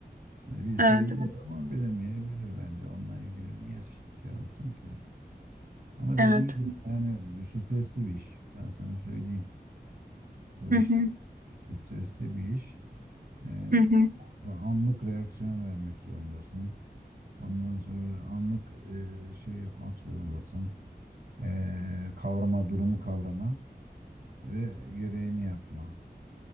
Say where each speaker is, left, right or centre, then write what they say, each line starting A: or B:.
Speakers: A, on the right; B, on the right.
A: Hani bilse
B: Evet
A: iyi
B: evet
A: olur ama bilemeyebilir bence. Onunla ilgili niye şey olsun ki? Ama
B: evet.
A: dediğin gibi yani stresli bir iş. Ben sana söyleyeyim. O iş
B: Hı hı
A: stresli bir iş. Ee,
B: hı hı
A: orada anlık reaksiyon vermek zorundasın. Ondan sonra anlık e, şey yapmak zorundasın. Ee, kavrama, durumu kavrama ve gereğini yapma.